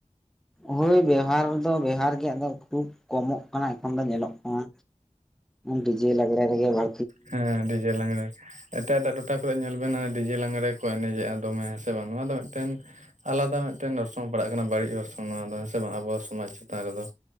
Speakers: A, in the centre; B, on the right (about 75°).
A: ᱦᱳᱭ ᱵᱮᱣᱦᱟᱨ ᱫᱚ ᱵᱮᱦᱟᱨ ᱜᱮ ᱟᱫᱚ ᱠᱷᱩᱵ ᱠᱚᱢᱚᱜ ᱠᱟᱱᱟ ᱮᱠᱷᱚᱱ ᱫᱚ ᱧᱮᱞᱚᱜ ᱠᱟᱱᱟ, ᱰᱤᱡᱮ ᱞᱟᱸᱜᱬᱮ ᱨᱮᱜᱮ ᱵᱷᱟ
B: ᱦᱮᱸ ᱰᱤᱡᱮ ᱞᱟᱸᱜᱽᱬᱮ ᱮᱴᱟᱜ ᱮᱴᱟᱜ ᱴᱚᱴᱷᱟ ᱠᱚᱨᱮᱜ ᱧᱮᱞ ᱵᱮᱱ ᱱᱚᱜ-ᱚᱭ ᱰᱤᱡᱮ ᱞᱟᱸᱜᱽᱬᱮ ᱠᱚ ᱮᱱᱮᱡᱮᱜ-ᱟ ᱫᱚᱢᱮ ᱦᱮᱸᱥᱮ ᱵᱟᱝ ᱱᱚᱣᱟ ᱫᱚ ᱢᱤᱫᱴᱮᱱ ᱟᱞᱟᱫᱟ ᱢᱤᱫᱴᱮᱱ ᱚᱨᱥᱚᱝ ᱯᱟᱲᱟᱜ ᱠᱟᱱᱟ ᱵᱟᱹᱲᱤᱡ ᱚᱨᱥᱚᱝ ᱱᱚᱣᱟ ᱫᱚ ᱦᱮᱸᱥᱮ ᱵᱟᱝ ᱟᱵᱚ ᱥᱚᱢᱟᱡᱽ ᱪᱮᱛᱟᱱ ᱨᱮᱫᱚ,